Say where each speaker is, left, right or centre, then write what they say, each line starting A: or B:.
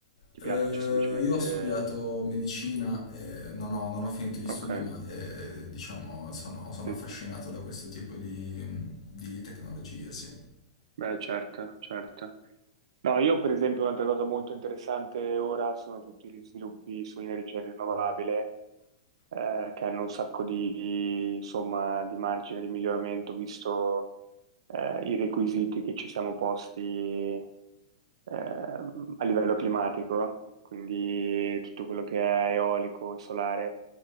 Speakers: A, on the right; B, on the left.
A: ti
B: Eh,
A: piace semplicemente?
B: io ho studiato medicina, eh, non ho, non ho finito gli studi,
A: Ok,
B: ma eh, diciamo sono, sono
A: sì,
B: affascinato
A: sì.
B: da questo tipo di, di tecnologie, sì.
A: Beh, certo, certo. No, io per esempio un'altra cosa molto interessante ora sono tutti gli sviluppi sull'energia rinnovabile, eh, che hanno un sacco di, insomma, di margine di miglioramento, visto, eh, i requisiti che ci siamo posti, ehm, a livello climatico, quindi tutto quello che è eolico e solare.